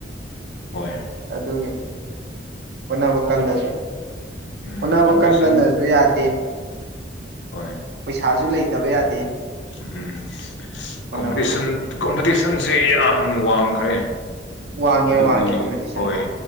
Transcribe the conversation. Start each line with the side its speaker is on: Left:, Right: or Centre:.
Left: ꯍꯣꯏ
Right: ꯑꯗꯨꯒꯤ ꯍꯣꯠꯅꯕꯅꯕ ꯀꯜꯗꯁꯨ
Left: ꯎꯝ
Right: ꯍꯅꯕ
Left: ꯀꯝꯄꯤꯇꯤꯁꯟ
Right: ꯀꯟꯗꯟꯅꯁꯨ ꯌꯥꯗꯦ
Left: ꯍꯣꯏ
Right: ꯄꯩꯁꯥꯁꯨ ꯂꯩꯇꯕ ꯌꯥꯗꯦ
Left: ꯎꯝ
Right: ꯍꯣꯠꯅꯕꯗ
Left: ꯀꯝꯄꯤꯇꯤꯁꯟ ꯀꯝꯄꯤꯇꯤꯁꯟꯁꯤ ꯌꯥꯝ ꯋꯥꯡꯈ꯭ꯔꯦ
Right: ꯋꯥꯡꯉꯦ
Left: ꯑꯗꯨꯒꯤ
Right: ꯋꯥꯡꯉꯦ ꯀꯝꯄꯤꯇꯤꯁꯟ
Left: ꯍꯣꯏ